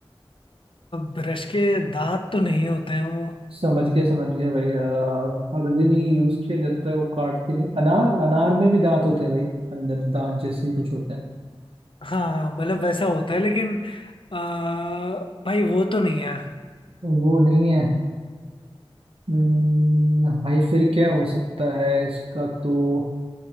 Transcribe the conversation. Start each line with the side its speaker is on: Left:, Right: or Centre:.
Left: ब्रश के दांत तो नहीं होते हैं वो
Right: समझ गया समझ गया भाई अ, हर दिन ही यूज किया जाता है वो काटती नहीं अनार अनार में भी दांत होते हैं भाई अंदर दांत जैसे ही कुछ होते हैं
Left: हाँ हाँ मतलब वैसा होता है लेकिन अ, भाई वो तो नहीं है
Right: वो नहीं है हम्म, भाई फिर क्या हो सकता है इसका तो